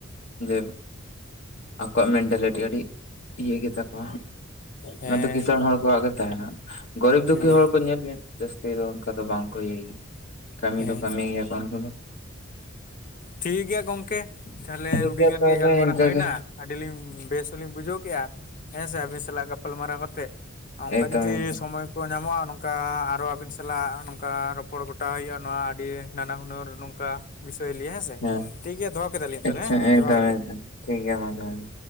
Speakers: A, on the left; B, on the left.
A: ᱡᱮ ᱟᱠᱚᱣᱟᱜ ᱢᱮᱱᱴᱟᱞᱤᱴᱤ ᱟᱹᱰᱤ ᱤᱭᱟᱹ ᱜᱮᱛᱟ ᱠᱚᱣᱟ
B: ᱦᱮᱸ
A: ᱱᱟᱫᱚ ᱠᱤᱥᱟᱹᱬ ᱦᱚᱲ ᱠᱚᱣᱟᱜ ᱜᱮ ᱛᱟᱦᱮᱱᱟ ᱾ ᱜᱚᱨᱤᱵᱽ ᱫᱩᱠᱷᱤ
B: ᱦᱮᱸ
A: ᱦᱚᱲ ᱠᱚ ᱧᱮᱞ ᱵᱤᱱ ᱡᱟᱹᱥᱛᱤ ᱫᱚ ᱚᱱᱠᱟ ᱫᱚ ᱵᱟᱝ ᱠᱚ ᱤᱭᱟᱹᱭᱟ ᱠᱟᱹᱢᱤ ᱫᱚ
B: ᱦᱮᱸ
A: ᱠᱟᱹᱢᱤ ᱜᱮ ᱠᱚ ᱫᱚ
B: ᱴᱷᱤᱠ ᱜᱮᱭᱟ ᱜᱚᱢᱠᱮ, ᱛᱟᱦᱚᱞᱮ
A: ᱴᱷᱤᱠ
B: ᱩᱰᱤᱜᱟᱱ
A: ᱜᱮᱭᱟ ᱛᱟᱦᱚᱞᱮ
B: ᱜᱮ ᱜᱟᱞᱢᱟᱨᱟᱣ
A: ᱤᱱᱠᱟᱹ
B: ᱦᱳᱭᱱᱟ
A: ᱜᱮ
B: ᱟᱹᱰᱤ ᱞᱤᱧ ᱵᱮᱥ ᱦᱚᱸᱞᱤᱧ ᱵᱩᱡᱷᱟᱹᱣ ᱠᱮᱜ-ᱟ᱾ ᱦᱮᱸ ᱥᱮ ᱟᱹᱵᱤᱱ ᱥᱟᱞᱟᱜ ᱜᱟᱯᱟᱞ ᱢᱟᱨᱟᱣ ᱠᱟᱛᱮᱜ ᱚᱱᱠᱟ
A: ᱮᱠᱫᱚᱢ
B: ᱡᱩᱫᱤ
A: ᱮᱠᱫᱚᱢ
B: ᱥᱚᱢᱚᱭ᱾ ᱠᱚ ᱧᱟᱢᱚᱜ-ᱟ ᱱᱚᱝᱠᱟ ᱟᱨᱚ ᱟᱹᱵᱤᱱ ᱥᱟᱞᱟᱜ ᱱᱚᱝᱠᱟ ᱨᱚᱯᱚᱲ ᱜᱚᱴᱟᱜ ᱦᱩᱭᱩᱜ-ᱟ ᱱᱚᱣᱟ ᱟᱰᱤ᱾ ᱱᱟᱱᱟ ᱦᱩᱱᱟᱹᱨ ᱱᱚᱝᱠᱟ ᱵᱤᱥᱚᱭ ᱞᱟᱹᱭᱟ ᱦᱮᱸᱥᱮ
A: ᱦᱮᱸ
B: ᱴᱷᱤᱠ ᱜᱮᱭᱟ ᱫᱚᱦᱚ ᱠᱮᱫᱟᱞᱤᱧ ᱛᱟᱦᱚᱞᱮ
A: ᱟᱪᱪᱷᱟ
B: ᱦᱮᱸ
A: ᱮᱠᱫᱚᱢ
B: ᱡᱚᱦᱟᱨ ᱜᱮ᱾
A: ᱮᱠᱫᱚᱢ ᱴᱷᱤᱠ ᱜᱮᱭᱟ ᱢᱟ ᱡᱚᱦᱚᱨ ᱜᱮ᱾